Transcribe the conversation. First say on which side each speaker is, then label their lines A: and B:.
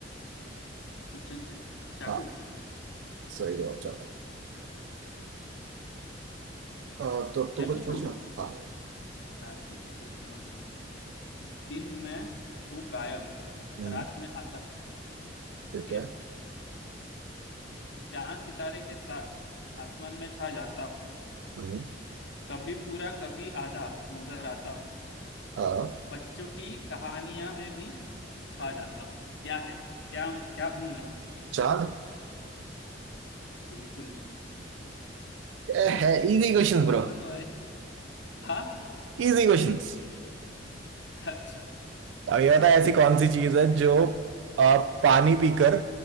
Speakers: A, on the left; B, on the right.
A: किचन पे चाकू
B: हाँ सही जवाब चाहता हूँ। अ, तो तू
A: मैं
B: कुछ
A: पूछूं
B: पूछना हाँ
A: हाँ ठीक है बिल्कुल मैं पूछूँ दिन में हूँ गायब
B: हम्म
A: रात में आता हूँ
B: ये
A: ठीक
B: क्या
A: है
B: है
A: चांद सितारे के साथ आसमान में छा जाता हूँ
B: हम्म,
A: कभी पूरा कभी आधा नजर आता हूँ
B: हाँ
A: बच्चों की कहानियां में भी छा जाता हूँ क्या है क्या क्या हूँ मैं
B: चांद
A: बिल्कुल भाई
B: ए, है easy questions
A: तुम
B: bro
A: तो भाई हाँ
B: Easy questions
A: अच्छा
B: अब ये बताओ
A: ठीक
B: ऐसी कौन सी
A: है
B: चीज है जो आ, पानी पीकर